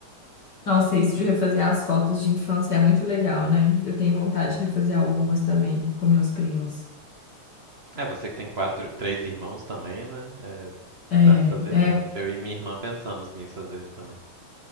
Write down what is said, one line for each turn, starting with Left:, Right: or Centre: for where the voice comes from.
Left: Nossa, isso de refazer as fotos de infância é muito legal, né? Eu tenho vontade de refazer algumas também com meus primos.
Right: É, você que tem quatro, três irmãos também, né? É,
Left: É,
Right: dá pra fazer
Left: é,
Right: muito. Eu e minha irmã pensamos nisso às vezes também.